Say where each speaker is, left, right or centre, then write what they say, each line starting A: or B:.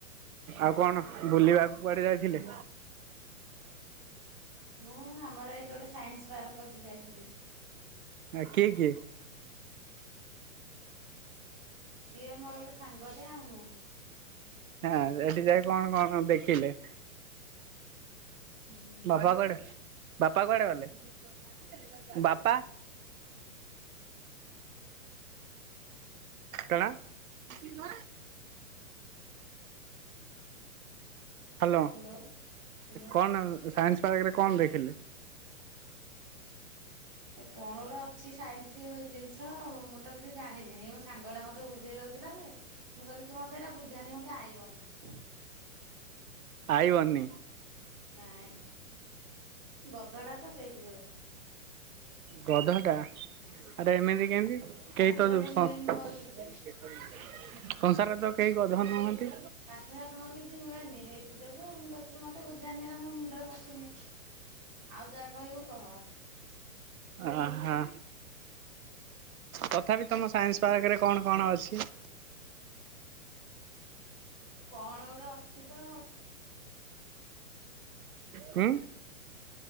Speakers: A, on the right (about 80°); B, on the right (about 25°).
A: ଆଉ କଣ ବୁଲିବାକୁ କୁଆଡେ ଯାଇଥିଲି।
B: ମୁଁ ଆମର ଏଠି ଗୋଟେ ସାଇନ୍ସ ପାର୍କ ଅଛି ଯାଇଥିଲି।
A: ଆ କିଏ କିଏ?
B: କିଏ ମୋର ଗୋଟେ ସାଙ୍ଗଟେ ଆଉ ମୁଁ।
A: ହଁ ସେଠି ଯାଇ କଣ କଣ ଦେଖିଲେ?
B: ହୁଁ।
A: ବାପା କୁଆଡେ ବାପା କୁଆଡେ ଗଲେ ବାପା କଣ <unintelligible> ହାଲୋ,
B: ହ୍ୟାଲୋ ହ୍ୟାଲୋ।
A: କଣ ସାଇନ୍ସ ପାର୍କରେ କଣ ଦେଖିଲେ?
B: କଣ ଗୋଟେ ଅଛି ସାଇନ୍ସ ଜିନିଷ ମୁଁ ତ କିଛି ଜାଣିନି ହେଇ ମୋ ସାଙ୍ଗ ଟା ମତେ ବୁଝେଇଦଉ ଥିଲା ଯେ ମୁଁ କହିଲି ତୁ ମତେ ହେରା ବୁଝାନି ମତେ ଆଇବନି
A: ଆଇବନି
B: ନାଇଁ ଗଧ ଟା ତ ସେଇଥି ଯୋଗୁ
A: ଗଧ ଟା ଆରେ ଏମିତି କେମିତି
B: ପାଠ
A: କେହି ତ
B: ସାଠ ହୁଏନି
A: ସଂ ସଂସାରରେ
B: ମୋର କିଛି
A: ତ କେହି ଗଧ ନୁହନ୍ତି।
B: ପାଠ ଶାଠ ମୋର କିଛି ହୁଏନି ହେଇଥି ଯୋଗୁ ମୁଁ କହିଲି ମତେ ବୁଝାନି ହେରା ମୋ ମୁଣ୍ଡରେ ପଶୁନି ଆଉ ଯାହା କହିବୁ କହ।
A: ଆ ହା ତଥାପି ତମ ସାଇନ୍ସ ପାର୍କରେ କଣ କଣ ଅଛି?
B: କଣ ଗୋଟେ ଅଛି ତ
A: ହୁଁ।